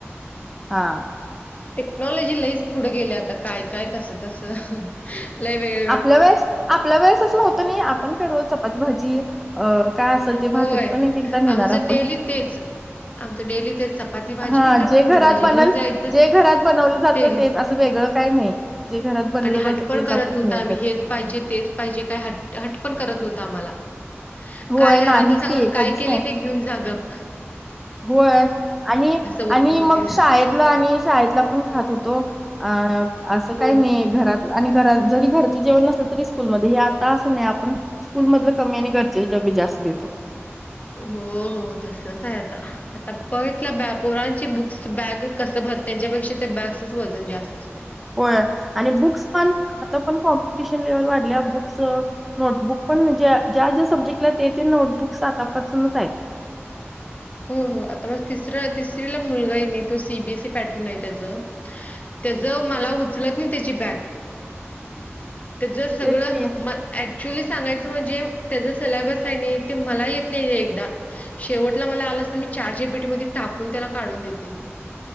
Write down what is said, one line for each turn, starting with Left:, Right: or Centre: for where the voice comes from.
Centre: हा.
Left: टेक्नॉलॉजी लईच पुढं गेल्या आता, काय काय कसं कसं लय वेग
Centre: आपल्या वेळेस, आपल्या वेळेस अस नव्हत नई, आपण काय रोज चपाती, भाजी, अ काय असेल ते,
Left: होय.
Centre: भाकरी पण एक एकदा नेणार
Left: आमचं
Centre: आपण.
Left: डेली तेच, आमच डेली तेच चपाती भाजी
Centre: हा,
Left: नाहीतर
Centre: जे
Left: भाकरी
Centre: घरात
Left: भाजी
Centre: बनल,
Left: घेऊन जायचंच
Centre: जे घरात बनवलं जातं
Left: ते
Centre: तेच, असं वेगळं काही नाही. जे घरात बनवलं
Left: आणि हट
Centre: जातं,
Left: पण
Centre: तेच
Left: करत
Centre: आपण
Left: नव्हतं
Centre: घेऊन
Left: आम्ही
Centre: जात.
Left: हेच पाहिजे, तेच पाहिजे काय, हट हटपण करत नव्हतं आम्हाला.
Centre: होय
Left: काय घरातले
Centre: नाहीच
Left: सांगत
Centre: की,
Left: होते काय
Centre: कधीच
Left: केले
Centre: नाही.
Left: ते घेऊन जा गप्प.
Centre: होय, आणि,
Left: बोलत
Centre: आणि
Left: होती.
Centre: मग शाळेत आणि शाळेतला पण खात होतो, अ अस
Left: हो,
Centre: काही नाही घरात आणि घरात जरी घरचं जेवण नसलं तरी स्कूलमध्ये, हे आता असं नाही आपण स्कूल मधलं कमी, आणि घरचेच डबे जास्त देतो.
Left: हो हो, तसच आहे आता आता पघितल्या बॅ पोरांची बुक्स बॅग कसं भर, त्यांच्यापेक्षा त्या बॅगसच वजन जास्त असतंय.
Centre: होय, आणि बुक्स पण, आता पण कॉम्पिटिशन लेव्हल वाढल्या, बुक्स नोटबुक पण म्हणजे, ज्या ज्या सब्जेक्टला ते ते नोटबुक्स आतापासूनच आहेत.
Left: हो हो, आता मग तिसर तिसरीला मुलगा आहे नाही, तो सीबीएसईी पॅटर्न आहे त्याचं. त्याच मला उ ऊचलत नाही त्याची बॅग, त्याच सगळं
Centre: तेच की
Left: म अऍक्च्युली सांगाचं म्हणजे, त्याचा सिलेबस आहे नई, ते मला येत नाही एकदा शेवट त मला आला तर, मी चाट. जी. पी. टी. मध्ये टाकून त्याला काढून देते.